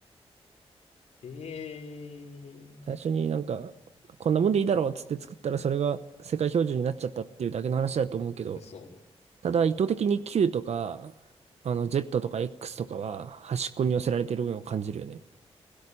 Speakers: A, on the left (about 85°); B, on the right (about 75°).
A: へえ、
B: 最初になんか、こんなもんでいいだろうっつって作ったら、それが世界標準になっちゃったっていうだけの話だと思うけど、
A: 嘘。
B: ただ、意図的に Q とか、あの、Z とか X とかは端っこに寄せられてるのを感じるよね。